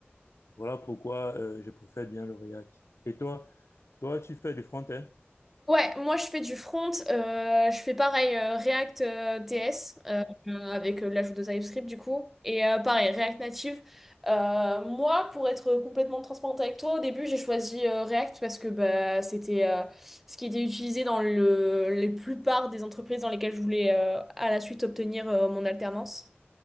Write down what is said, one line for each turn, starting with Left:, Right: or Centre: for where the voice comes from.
Left: voilà pourquoi euh, je préfère bien le React. Et toi, toi, tu fais du front-end?
Centre: Ouais, moi je fais du front, euh, je fais pareil euh, React euh, TS euh, euh, avec euh, l'ajout de TypeScript du coup, et euh, pareil React Native. Euh, moi, pour être complètement transparente avec toi, au début j'ai choisi euh, React parce que bah, c'était euh, ce qui était utilisé dans le, les plupart des entreprises dans lesquelles je voulais euh, à la suite obtenir euh, mon alternance